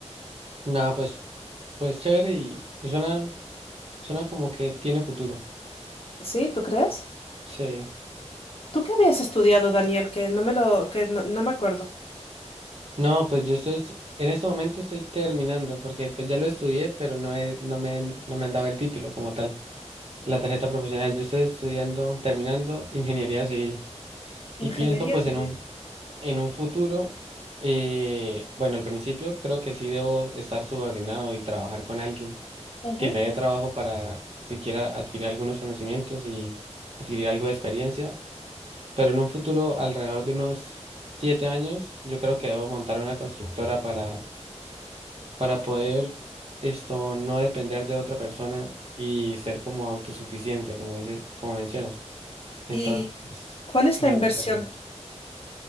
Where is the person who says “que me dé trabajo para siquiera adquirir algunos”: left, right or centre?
Right